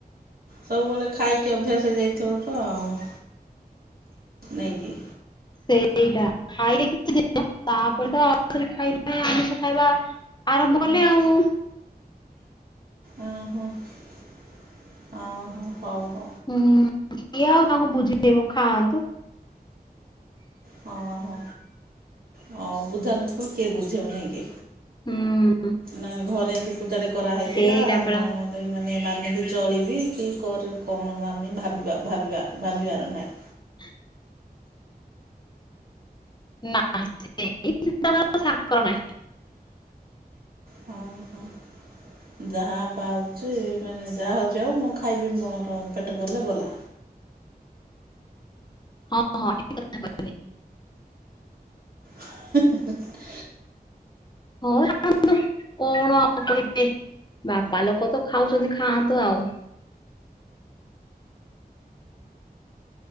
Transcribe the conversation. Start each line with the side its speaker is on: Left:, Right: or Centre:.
Right: ସବୁବେଳେ ଖାଇକି ଅଭ୍ୟାସ ହେଇଯାଇଥିବ ତ ଆଉ ନାଇକି
Left: ସେଇଟା ଖାଇଲେ କିଛିିନ ତାପରେ ତ ଆଉ ଖାଇଲେ ଆମିଷ ଖାଇବା ଆରମ୍ଭ କଲେ ଆଉ
Right: ଓ ହ ହ ହ ହଉ, ହଉ
Left: ହୁଁ କିଏ ଆଉ ତାଙ୍କୁ ବୁଝେଇବ, ଖାଆନ୍ତୁ।
Right: ହଁ ହୋ ହ ଅବୁଝା ଲୋକ, କିଏ ବୁଝେଇବ ନାଇଁକି?
Left: ହୁଁ
Right: ନେଲେ <unintelligible> ଘରେ ଏମତି ପୂଜା ଟେ କରାହେଇଥିଲା
Left: ସେଇଟା ପରା
Right: ନହେଲେଏ ଏଇମାନେ ମାନିକି ଚଳିବି କି କଣ, ଭିବି ଭାବିବା ଭାବିବା ଭାବିବାର ନାଇଁ।
Left: <inaudible> ନା ସେ ସକାର ନାହି <unintelligible>
Right: ହଁ ହଁ ଯାହା ପାଉଛି ମାନେ ଯାହା ହଉଛି ଆଉ ମୁଁ ଖାଇବି ମୋର ପେଟ ପରିଲେ ଗଲା।
Left: ହଁ ହଁ ଠିକ କଥା କହିଲେ।
Right: ହେଁ ହେଁ ହେଁ ହେ।
Left: ହଁ <unintelligible> କଣ ଆଉ କହିବି ବାପା ଲୋକ ତ ଖାଉଛନ୍ତି ଖାଆନ୍ତୁ ଆଉ।